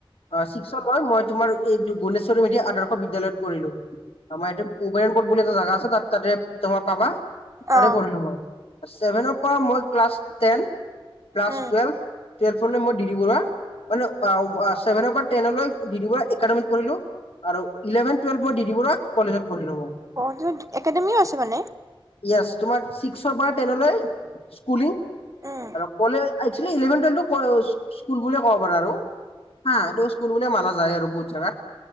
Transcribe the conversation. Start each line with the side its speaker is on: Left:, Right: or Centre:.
Left: অ ছিক্স অ লৈ মই তোমাৰ এই গুণেশ্বৰী মেধি আদৰ্শ বিদ্যালয়ত পঢ়িলো। আমাৰ ইয়াতে উভেৰণ বোট বুলি এটা জাগা আছে তাত তাতে তোমাৰ পাবা। তাতে
Right: অ'।
Left: পঢ়িলো মই ছেভেনৰ পৰা মই ক্লাছ টেন ক্লাছ
Right: উম
Left: টুৱেলভ। তেলফৰে মই দি দিব না। মানে ওৱা ওৱা ছেভেনৰ পৰা টেনলৈ ডি ডি বৰা একাডেমিত পঢ়িলো। আৰু ইলেভেন টুৱেলভ মই ডি ডি বৰুৱা কলেজত পঢ়িলো মই।
Right: অ যত একাডেমিও আছে মানে
Left: য়েছ, তোমাৰ ছিক্সৰ পৰা টেনলৈ স্কুলিং
Right: উম।
Left: আৰু কলে আই একচুৱেলী ইলেভেন-টুৱেলভটো কোৰ্চ স্কুল বুলিয়ে ক'ব পাৰি আৰু হা, এইটো স্কুল বুলিয়ে মানা যায় আৰু বহুত জাগাত।